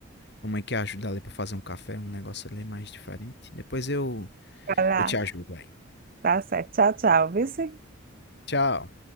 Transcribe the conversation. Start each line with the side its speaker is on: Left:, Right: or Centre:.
Left: mamãe quer ajudar ali pra fazer um café, um negócio ali mais diferente. Depois eu
Right: Vai lá.
Left: eu te ajudo aí.
Right: Tá certo. Tchau, tchau, vice.
Left: Tchau.